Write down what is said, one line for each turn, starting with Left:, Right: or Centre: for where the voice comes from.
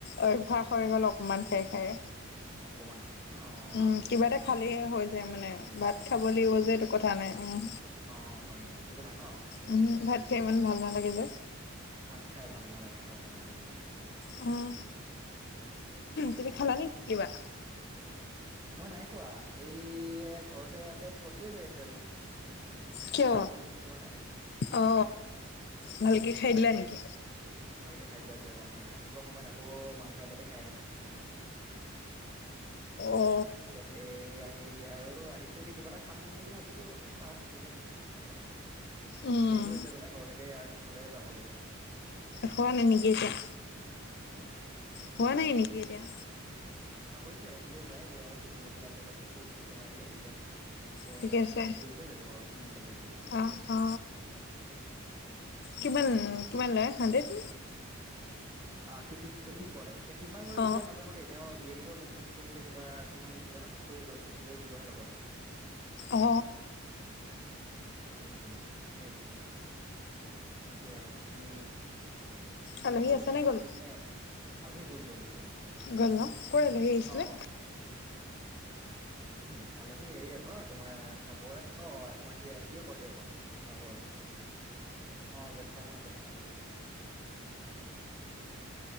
Left: অভ্যাস হৈ গ'ল অকণমান খাই খাই
Right: অকণমান খাই খাই ন
Left: উম
Right: আচ্ছা
Left: কিবা
Right: আচ্ছা
Left: এটা খালেই হৈ যায় মানে ভাত খাবলৈ
Right: হয়
Left: লাগিব
Right: নেকি
Left: যে সেইটো কথা নাই উম
Right: অ হয় সেইটো কথা ন অ
Left: উম ভাত খাই সিমান ভাল নালাগে যে
Right: ভাত খাই ভাল নালাগে হয় হয় বুজিছো
Left: উম তুমি খালা নেকি কিবা
Right: মই নাই খোৱা এই ঘৰতে পেট ভৰ্তিয়ে হৈ আছে আজি
Left: কিয়?
Right: আজি আলহী আহিছিলে মানে
Left: অ ভালকে খাই দিলা নেকি
Right: ভালকে খাই দিলো আজি অকণমান আহিবৰ সময়ত আকৌ মাংস এবাতি খাই আহিলো ওলাই আহোতে হে হে
Left: অ
Right: তাৰপিছত সেই আহি এতিয়া আৰু আহিছো এতিয়া কিবা এটা খাম বুলি ভাবিছো চাও কি হয় পাৰিলে খাম
Left: উম
Right: দেৰিও হৈছে মানে ঘৰলৈকে এয়াৰ ঠিক হ'লে যাবলগীয়া
Left: খোৱা নাই নেকি এতিয়া
Right: হা
Left: হোৱা নাই নেকি এতিয়া
Right: অ হৈছে আৰু হলেই প্ৰায় অলপ ফিটিং কৰিবলে আছে চেক কৰি চালো চলাই পেলাই ঠিকে আছে এতিয়া
Left: ঠিকে আছে
Right: ফিটিং কৰি দিলেই হৈ যাব উম ঠিক আছে ঠিক আছে
Left: অ অ কিমান কিমান লৰা সানডেট
Right: অ কি ঠিক যোনটো কৰে কিমান লৈ
Left: অ
Right: যেতিয়া নাজানো দেই তেওঁৰ বেৰিংটো অলপ চেন্স কৰি দিলে কিবা কিমান লৈছে জানো দেই কৰি ল ফিটিং কৰি দিবহে লগতে কিমান
Left: অ
Right: কৰে নাজানো উম সেই সেইটোয়ে আৰু বাকী তোমালোকৰ
Left: আলহী আছে
Right: আহ
Left: নে গ'ল
Right: ঠিকে আলহী গ'ল গ'ল গ'ল
Left: গ'ল ন কৰ আলহী আহিছিলে?
Right: অ উম আলহী হেৰি আক তোমাৰ চাবুৱাৰ অ তোমাৰ টে টিয়কৰ টিয়কৰ চাবুৱা ওলাইছে অ জেঠাই হত জেঠাইহত আহিছিলে